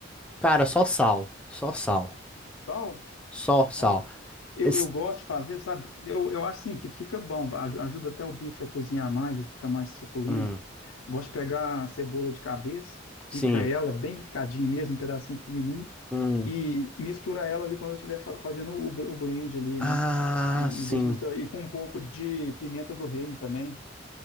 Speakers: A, in the centre; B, on the left.
A: Cara, só sal. Só sal.
B: Sal?
A: Só sal.
B: Ó, eu,
A: Esse,
B: eu gosto de fazer, sabe? Eu, eu acho assim que fica bom, aj- ajuda até o bife a cozinhar mais e fica mais suculento.
A: hum,
B: Gosto de pegar a cebola de cabeça,
A: sim.
B: pica ela bem picadinho mesmo, um pedacinho pequenininho,
A: Hum.
B: e mistura ela ali quando eu estiver fa- fazendo o, bl- o blend ali,
A: Ah,
B: né? E,
A: sim.
B: e deixa misturar. E com um pouco de pimenta do reino também.